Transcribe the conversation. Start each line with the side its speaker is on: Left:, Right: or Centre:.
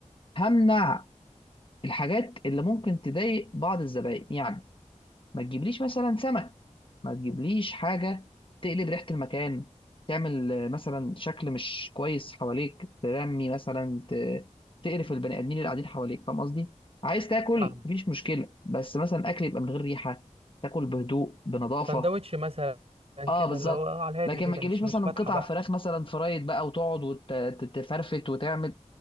Left: همنع الحاجات اللي ممكن تضايق بعض الزبائن يعني ما تجيبليش مثلا سمك ما تجيبليش حاجة تقلب ريحة المكان تعمل آه، مثلا شكل مش كويس حواليك ترمي مثلا ت- تقرف البني آدمين اللي قاعدين حواليك فاهم قصدي؟ عايز تاكل
Right: فاهم
Left: مفيش مشكلة بس مثلا أكل يبقى من غير ريحة تاكل بهدوء بنظافة
Right: سندوتش مثلا
Left: اه
Right: كده
Left: بالظبط
Right: اللي هو على الهادي
Left: لكن
Right: كده
Left: ما تجيبليش
Right: مش
Left: مثلا
Right: مش فاتحه
Left: قطع
Right: بقى
Left: فراخ مثلا فرايد بقى وتقعد وتفرفت وتعمل